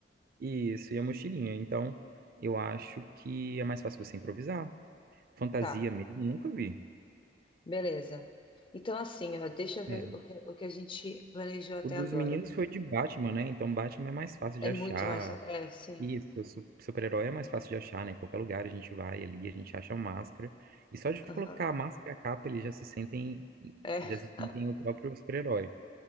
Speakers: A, on the right; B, on the left.
A: Isso, e a mochilinha. Então, eu acho que é mais fácil você improvisar. Fantasia
B: Tá,
A: mesmo, nunca vi.
B: beleza. Então, assim, ó, deixa eu ver
A: É.
B: o que, o que a gente planejou até
A: O dos
B: agora.
A: meninos foi de Batman, né? Então, Batman é mais fácil
B: É
A: de achar.
B: muito mais. É, sim.
A: Isso, su- super-herói é mais fácil de achar, né? Em qualquer lugar a gente vai ali, a gente acha a máscara. E só de
B: Aham.
A: colocar a máscara e a capa, eles já se sentem,
B: É,
A: já se sentem o próprio super-herói.